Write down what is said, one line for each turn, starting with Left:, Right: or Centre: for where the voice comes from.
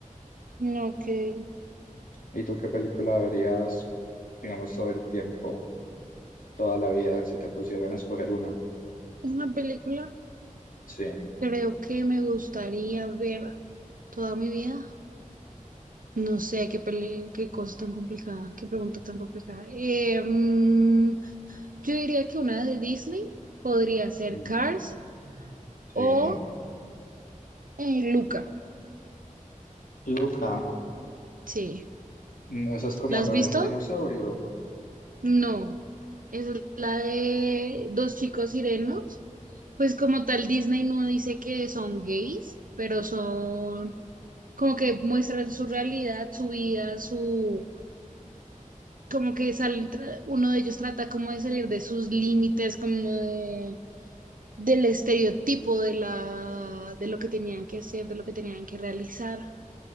Right: No, que
Left: ¿Y tú qué película verías, digamos, todo el tiempo, toda la vida, si te pusieran a escoger una?
Right: una película
Left: Sí.
Right: creo que me gustaría ver toda mi vida. No sé qué peli- qué cosa tan complicada, qué pregunta tan complicada. Eh, mm, yo diría que una de Disney podría ser
Left: Ujú.
Right: Cars o
Left: Sí.
Right: eh, Luca.
Left: Luca.
Right: Sí.
Left: Mm, Esa es como
Right: ¿La has
Left: la
Right: visto?
Left: de un dinosaurio.
Right: No, esa es la de dos chicos sirenos. Pues como tal, Disney no dice que son gays, pero son como que muestran su realidad, su vida, su... como que salen, tra- uno de ellos trata como de salir de sus límites, como de- del estereotipo de la, de lo que tenían que hacer, de lo que tenían que realizar.